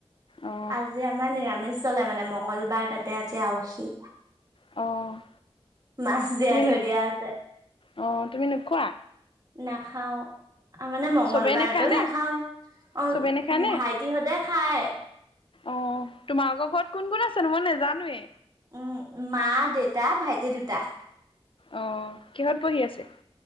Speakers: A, on the left; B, on the right.
A: অ
B: আজি আমাৰ নিৰামিষ চলে মানে মংগলবাৰ, তাতে আজি আউসী।
A: অ'।
B: মাছ জীয়াই
A: তুমি
B: থৈ দিয়া আছে।
A: অ তুমি নোখোৱা
B: নাখাওঁ। মানে মংগলবাৰতো
A: চবেই নেখায় নে
B: নাখাওঁৱে, অ'
A: চবেই নেখায় নে
B: ভাইটিহঁতে খায়।
A: অ', তোমালোকৰ ঘৰত কোন - কোন আছেনো মই নেজানোৱে।
B: উম, মা, দেউতা, ভাইটি দুটা।
A: অ', কিহত পঢ়ি আছে?